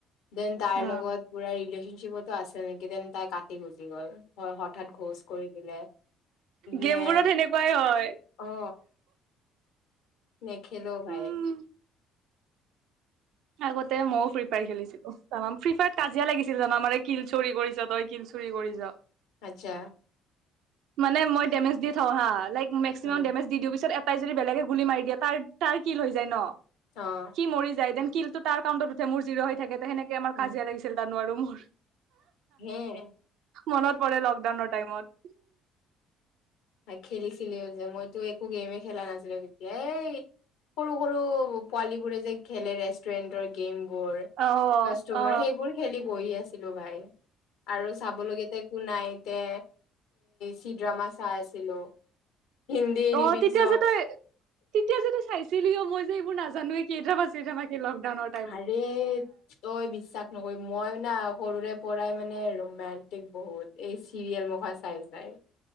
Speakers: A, on the left; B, on the right.
A: দেন তাইৰ
B: অ
A: লগত পুৰা ৰিলেশ্যনশ্বিপতো আছে নেকি দেন তাই কাটি গুচি গ'ল। হয় হঠাৎ ঘোচ কৰি দিলে
B: গেমবোৰত
A: নে
B: সেনেকুৱাই হয়
A: অ নেখেলো ভাই।
B: উম আগতে মইও ফ্ৰী ফায়াৰ খেলিছিলো। ফ্ৰী ফায়াৰত কাজিয়া লাগিছিল জানাম মই কিল চুৰ কৰিছ তই কিল চুৰি কৰি যা
A: আচ্ছা
B: মানে মই ডেমেচ দি থাওঁ হা লাই মেক্সিমাম
A: উম
B: ডেমেজ দি পিছত তাই যদি বেলেগে গুলি মাৰি দিয়ে তাৰ তাৰ কিল হৈ যায় ন
A: অ
B: সি মৰি যায় দেন কিলটো তাৰ কাউণ্টত উঠে মোৰ জিৰো হৈ থাকে সেনেকে আমাৰ
A: উম
B: কাজিয়া লাগিছিল জানো আৰু মোৰ
A: হে
B: মনত পৰে লকডাউনৰ টাইমত।
A: তই খেলিছিলি যে মইতো একো গেমে খেলা নাছিলো। তেতিয়া এই সৰু সৰু পোৱালী বোৰে যে খেলে ৰেষ্টুৰেন্টৰ গেম বোৰ।
B: অ
A: কাষ্টমাৰ
B: অ
A: সেইবোৰ খেলি বহি আছিলো ভাই। আৰু চাবলগীয়াতে একো নাইতে চি ড্ৰামা চাই আছিলো। হিন্দী
B: অ
A: ৰিমিক্সত
B: তেতিয়া যে তই তেতিয়া যদি চাইছিলিও অ মই যে এইবোৰ নাজানোৱে কেইড্ৰামা চেইড্ৰামা কি লকডাউনত।
A: হেৰি তই বিশ্বাস নহয় মই মানে সৰুৰে পৰাই মানে ৰোমেণ্টিক বহুত এই চিৰিয়েল দুখন চাই চাই।